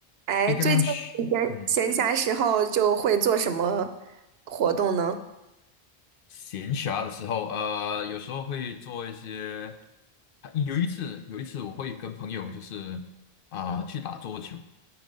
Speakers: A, on the right; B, on the left.
A: 哎，
B: 诶，
A: 最近
B: 刚刚是嗯
A: 闲闲暇时候就会做什么活动呢？
B: 闲暇的时候，呃，有时候会做一些。有一次，有一次我会跟朋友就是啊、去打桌球，